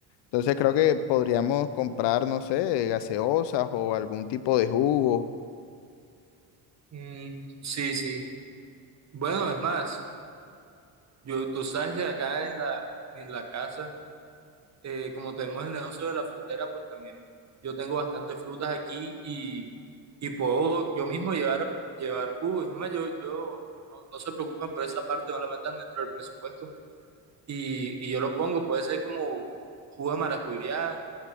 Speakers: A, on the left; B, on the right.
A: Entonces creo que podríamos comprar, no sé, gaseosas o algún tipo de jugo.
B: Mm, sí, sí. Bueno, es más, yo, tú sabes que acá en la, en la casa, eh, como tenemos el negocio de la frutera, pues también yo tengo bastantes frutas aquí y, y puedo yo mismo llevar, llevar jugo. Y es más, yo, yo no, no se preocupen por esa parte, no la metan dentro del presupuesto. Y, y yo lo pongo, puede ser como jugo de maracuyá